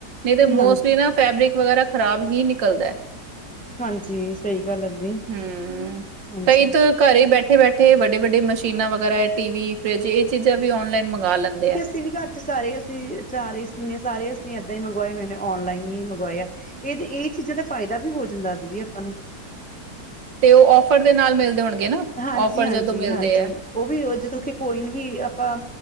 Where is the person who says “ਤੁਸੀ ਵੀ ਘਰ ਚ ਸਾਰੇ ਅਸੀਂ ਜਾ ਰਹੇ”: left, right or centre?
Centre